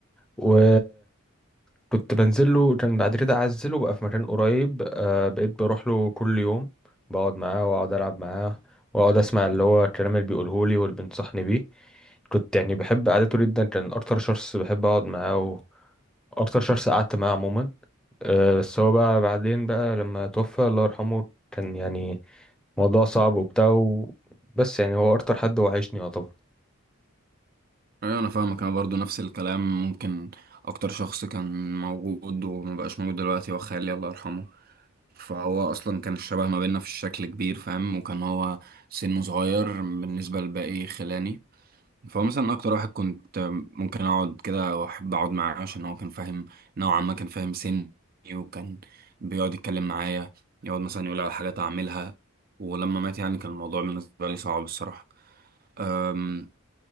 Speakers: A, in the centre; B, on the right.
A: و كنت بنزل له كان بعد كده عزله بقى في مكان قريب آه بقيت بروح له كل يوم بقعد معاه واقعد العب معاه واقعد اسمع اللي هو الكلام اللي بيقوله لي واللي بينصحني بيه كنت يعني بحب قعدته جدا كان اكتر شخص بحب اقعد معاه واكتر شخص قعدت معاه عموما آه بس هو بقى بعدين بقى لما توفى الله يرحمه كان يعني موضوع صعب وبتاع و... بس يعني هو اكتر حد وحشني يعتبر
B: أيوة أنا فاهمك أنا برضو نفس الكلام ممكن أكتر شخص كان موجود ومبقاش موجود دلوقتي هو خالي الله يرحمه فهو أصلا كان الشبه ما بيننا في الشكل كبير فاهم وكان هو سنه صغير بالنسبة لباقي خلاني فهو مثلا اكتر واحد كنت ممكن اقعد كده واحب اقعد معاه عشان هو كان فاهم نوعا ما كان فاهم سني وكان بيقعد يتكلم معايا يقعد مثلا يقول على حاجات اعملها ولما مات يعني كان الموضوع بالنسبه لي صعب الصراحه أم،